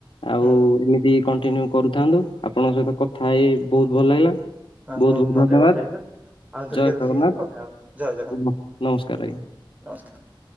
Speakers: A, on the left (about 80°); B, on the right (about 15°).
A: ଆଉ
B: ହୁଁ
A: ଏମିତି କଣ୍ଟିନ୍ୟୁ କରୁଥାନ୍ତୁ ଆପଣଙ୍କ ସହିତ କଥା ହେଇ ବହୁତ ଭଲ ଲାଗିଲା
B: ହଁ
A: ବହୁତ
B: ହୁଁ
A: ବହୁତ
B: ମତେ
A: ଧନ୍ୟବାଦ
B: ଭଲ ଲାଗିଲା ଆଉଥରେ
A: ଜୟ
B: କେବେ
A: ଜଗନ୍ନାଥ
B: ଫ୍ରି ହେବେ କଥା ହବ ଜୟ ଜଗନ୍ଥ
A: ଓ ନମସ୍କାର ଆଜ୍ଞା।
B: ନମସ୍କାର